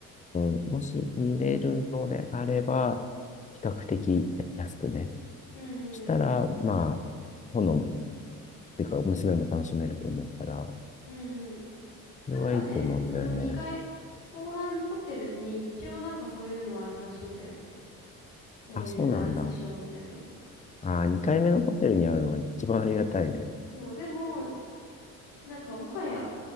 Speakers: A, on the left; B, on the left.
A: うん、もし見れるのであれば、比較的安くね。
B: うん
A: したら、
B: うん
A: まあ、炎、っていうか、娘も楽しめると思うから、
B: うんうん。
A: それはいいと思うんだよね。
B: なんかね、その2階、後半のホテルに一応なんかそういうのあるらしいんだよね。そういうダンスショーみたいなの。
A: あ、そうなんだ。あー、2回目のホテルにあるのが一番ありがたいね。
B: そう、でも、なんかもはや